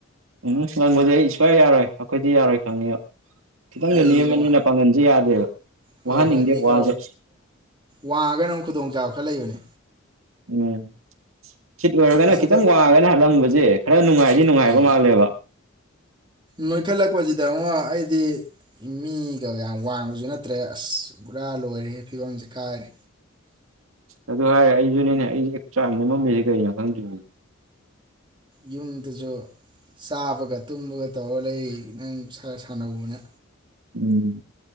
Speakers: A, on the right; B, on the right.
A: ꯎꯝ ꯅꯪꯕꯗꯤ ꯑꯩ ꯁꯨꯡꯋꯥ ꯌꯥꯔꯣꯏ ꯑꯩꯈꯣꯏꯗꯤ ꯌꯥꯔꯣꯏ ꯈꯪꯉꯤꯕ ꯈꯤꯇꯪꯁꯨ
B: ꯑꯩ
A: ꯅꯦꯝꯕꯅꯤꯅ
B: ꯋꯥ
A: ꯄꯪꯍꯟꯁꯨ ꯌꯥꯗꯦꯕ
B: ꯍꯣꯏ
A: ꯋꯥꯍꯟꯅꯤꯡꯗꯦ
B: ꯍꯣꯏ ꯃꯤ
A: ꯋꯥꯁꯦ
B: ꯈꯔ ꯋꯥꯡꯉꯒꯅꯛ ꯈꯨꯗꯣꯡꯆꯥꯥꯕ ꯈꯔ ꯂꯩꯕꯅꯦ
A: ꯎꯝ ꯁꯤꯤꯠ ꯑꯣꯏꯔꯒꯅ
B: ꯑꯁ
A: ꯈꯈꯤꯝꯒꯧꯒꯅ
B: ꯑꯩꯈꯣꯏ
A: ꯍꯜꯂꯝ ꯌꯦꯦ ꯈꯔ ꯅꯨꯡꯉꯥꯏꯁꯤ ꯅꯨꯡꯉꯥꯏꯕ
B: ꯎꯝ
A: ꯃꯥꯜꯂꯦꯕ
B: ꯅꯣꯏꯈꯠꯂꯛꯄꯁꯤꯗ ꯑꯃꯨꯛ ꯑꯩꯗꯤ ꯃꯤꯒ ꯌꯥꯝ ꯋꯥꯡꯕꯁꯨ ꯅꯠꯇ꯭ꯔꯦ ꯑꯁ ꯄꯨꯔꯥ ꯂꯣꯏꯔꯦ ꯐꯤꯕꯝꯁꯦ ꯀꯥꯏꯔꯦ
A: ꯑꯗꯨ ꯍꯥꯏꯔꯦ ꯑꯩꯁꯨꯅꯦꯅꯦ ꯑꯩ ꯆꯥꯅꯦ ꯃꯝꯃꯤꯁꯤꯦ ꯀꯩꯅꯣ ꯈꯪꯗ꯭ꯔꯤ
B: ꯌꯨꯝꯗꯁꯨ ꯆꯥꯕꯒ ꯇꯨꯝꯕꯒ ꯇꯧꯔ ꯂꯩ ꯅꯪ ꯁꯥꯟꯅꯅꯕꯅ
A: ꯎꯝ